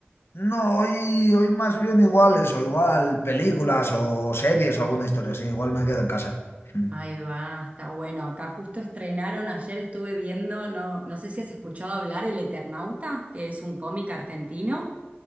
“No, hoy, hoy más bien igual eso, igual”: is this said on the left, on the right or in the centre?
Left